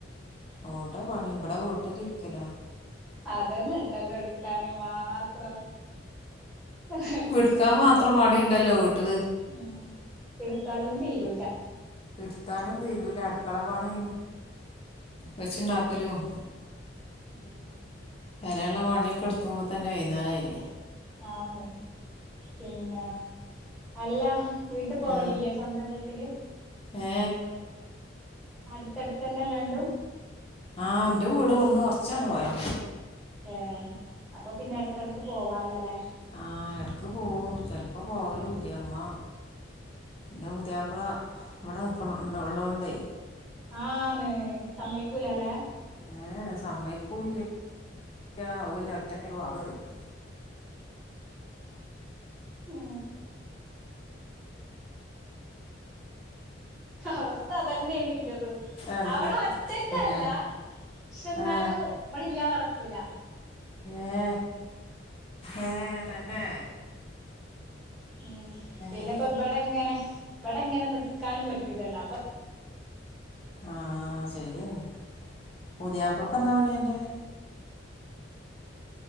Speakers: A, on the left; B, in the centre.
A: ഓടെ പണി ഇബടെ വീട്ടിലിരിക്കലാ.
B: അതന്നെ ണ്ടല്ലോ ഇട്ക്കാന് മാത്രം. അല്ല
A: ഇട്ക്കാമാത്രം പണിണ്ടല്ലോ വീട്ടില്.
B: ഉം ഇട്ത്താലും തീരൂല.
A: ഇട്ത്താലും തീരൂല അടുക്കള പണീം
B: ഉം
A: വെച്ച്ണ്ടാ
B: ഉം
A: ക്കലും
B: ഉം
A: പെരേള്ള പണിയൊക്കെ ഇട്ക്കുമ്പോ തന്നെ വൈന്നേരായില്ലേ.
B: ആന്ന് പിന്നെ അല്ല വീട്ട് പോവലില്ലേ.
A: ആ
B: സ്വന്തം വീട്ടില്
A: ഏ
B: അടുത്തടുത്തന്നെ രണ്ടും.
A: ആഹ് ന്റെ വീട് വ്ട്ന്ന് കൊറച്ചണ് പോയമതി.
B: ഏഹ് അപ്പൊ പിന്നെ എടക്കെടക്ക് പോവാലോല്ലെ.
A: ആഹ് എടക്ക് പോവും ചെലപ്പോ പോവലൂല്ല മ്മ. ൻ്റെ പുത്യാപ്പള ഇവിടെ നിൽക്കണ ണ്ട് ഉള്ളോണ്ടെ.
B: ആ ന്ന് സമ്മയിക്കൂലാലെ
A: ഏഹ സമ്മയ്ക്കൂല ആവല്ല ഒറ്റക്ക <unintelligible>
B: ഉ അവസ്ഥ അതന്നെയാണ് ഇൻ്റെതുംഅവിടെ
A: അല്ല
B: ഒറ്റക്കല്ല
A: പിന്നെ
B: പക്ഷെ എന്നാലും
A: ആ
B: നമ്മള ഇല്ലാതാടക്കൂല
A: ഏ ഏ തന്നെ
B: ഉം പിന്നെപ്പബടെങ്ങനെ
A: ഏ
B: ഇവിടെ എങ്ങനെ നക്കാനും പറ്റൂലല്ലോ അപ്പൊ
A: ആഹ ശരിയന്നെ പുതിയപ്പളക്കെന്താ പണി അ ൻ്റെ